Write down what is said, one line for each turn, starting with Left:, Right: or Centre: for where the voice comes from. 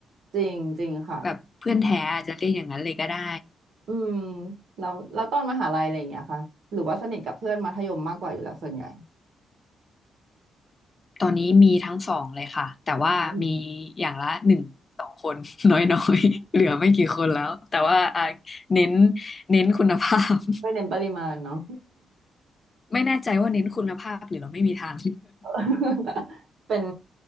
Right: จริงจริงค่ะ
Left: แบบเพื่อนแท้อาจจะเรียกอย่างนั้นเลยก็ได้
Right: อืมแล้วแล้วตอนมหาลัยอะไรอย่างเงี้ยค่ะหรือว่าสนิทกับเพื่อนมัธยมมากกว่าอยู่แล้วส่วนใหญ่
Left: ตอนนี้มีทั้งสองเลยค่ะ แต่ว่ามี
Right: อืม
Left: อย่างละหนึ่งสองคน <laughs> น้อยๆ เหลือไม่กี่คนแล้ว แต่ว่าอ่ะเน้นเน้นคุณภาพ <laughs>
Right: ไม่เน้นปริมาณเนาะ
Left: ไม่แน่ใจว่าเน้นคุณภาพหรือเราไม่มีทาง
Right: <laughs> เป็น